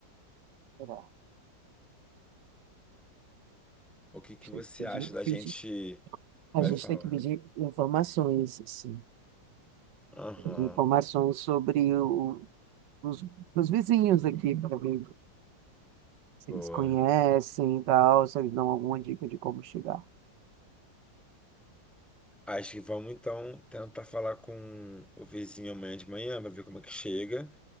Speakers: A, on the right; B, in the centre.
A: Sei lá,
B: O que que você
A: Tem que pedir,
B: acha da gente
A: pedir. A
B: vai
A: gente
B: falar?
A: tem que pedir informações, assim,
B: Aham,
A: informações sobre o- os, os vizinhos aqui, para ver se
B: boa.
A: eles conhecem e tal, se eles dão alguma dica de como chegar.
B: Acho que vamos então tentar falar com o vizinho amanhã de manhã pra ver como é que chega.